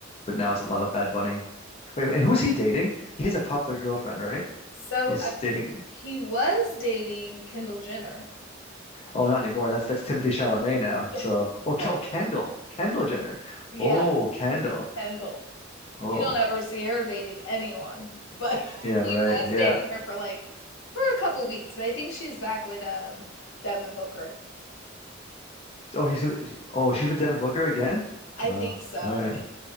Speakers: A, on the left; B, on the left.
A: But now it's a lot of Bad Bunny. Wait, and who's he dating? He has a popular girlfriend, right?
B: So
A: He's
B: uh,
A: dating.
B: he was dating Kendall Jenner.
A: Oh, not anymore. That's that's Timothy Chalamet now.
B: Yeah.
A: So, oh, Kel
B: <laughs>
A: Kendall, Kendall Jenner.
B: Yeah,
A: Oh, Kendall.
B: Kendall.
A: Oh,
B: You don't ever see her dating anyone, but <laughs> he
A: yeah, right.
B: was
A: Yeah.
B: dating her for like for a couple weeks, but I think she's back with um Devin Booker.
A: Oh, he's oh, she's with Devin Booker again.
B: I
A: Wow.
B: think so.
A: All right.